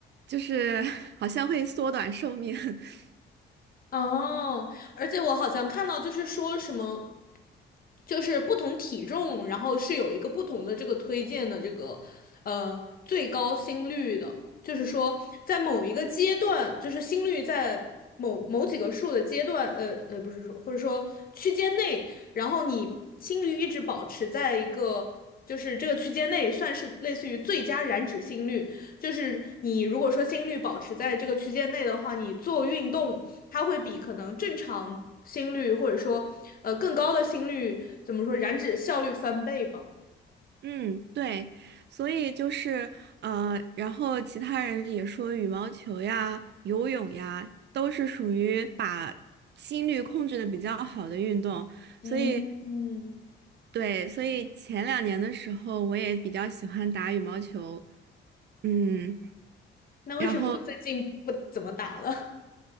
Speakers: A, on the right; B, on the left.
A: 就是 <laughs> 好像会缩短寿命。<laughs>
B: 哦，而且我好像看到就是说什么。就是不同体重，然后是有一个不同的这个推荐的这个呃最高心率的，就是说在某一个阶段，就是心率在某某几个数的阶段，呃呃不是说或者说区间内，然后你心率一直保持在一个。就是这个区间内算是类似于最佳燃脂心率，就是你如果说心率保持在这个区间内的话，你做运动它会比可能正常心率或者说呃更高的心率怎么说燃脂效率翻倍吧。
A: 嗯，对，所以就是呃，然后其他人也说羽毛球呀、游泳呀，都是属于把心率控制的比较好的运动，
B: 嗯嗯，
A: 所以对，所以前两年的时候我也比较喜欢打羽毛球，嗯，
B: 那为什么最近不怎么打了？
A: 然后。